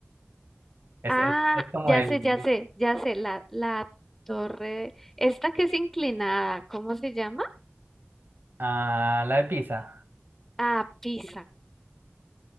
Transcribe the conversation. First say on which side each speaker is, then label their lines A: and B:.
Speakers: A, on the right; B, in the centre.
A: es,
B: Ah,
A: es, es como
B: ya
A: el...
B: sé, ya sé, ya sé, la, la torre, esta que es inclinada, ¿cómo se llama?
A: Ah, la de Pisa.
B: Ah, Pisa.